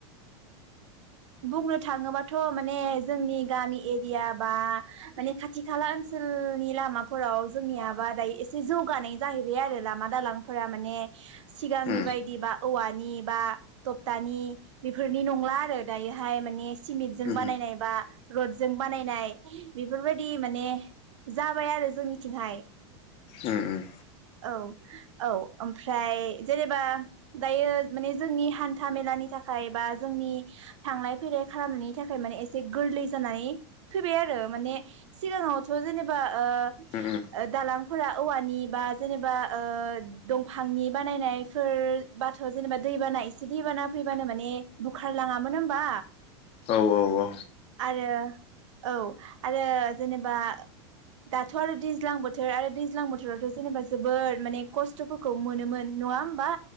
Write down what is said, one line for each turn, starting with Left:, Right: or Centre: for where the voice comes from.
Right: बुंनो थाङोबाथ' माने । जोंनि गामि एरिया । बा माने खाथि खाला ओनसोलनि लामाफोराव जोंनियाबा दायो एसे जौगानाय जाहैबाय आरो लामा दालांफोरा माने। सिगांनि
Left: उम
Right: बायदिबा। औवानि बा टपटानि बेफोरनि नंला आरो दायोहाय माने सिमिटजों
Left: उम
Right: बानायनाय बा रडजों बानायनाय बेफोरबायदि माने जाबाय आरो जोंनिथिंहाय
Left: उम उम
Right: औ औ ओमफ्राय जेनेबा दायो माने जोंनि हान्था मेलानि थाखाय बा जोंनि थांलाय फैलाय खालामनायनि थाखाय माने एसे गोरलै जानानै फैबाय आरो माने सिगाङावथ' जेनेबा ओ
Left: उम उम
Right: ओ दालां फोरा औवानि बा जेनेबा ओ दंफांनि बानायनायफोर बाथ' जेनेबा दैबाना एसे दैबाना फैबानो माने बुखारलाङा मोन होमबा
Left: औ औ औ
Right: आरो औ आरो जेनेबा दाथ आरो दैज्लां बोथोर आरो दैज्लां बोथोरावथ जेनेबा जोबोद माने खस्थफोरखौ मोनोमोन नङा होमबा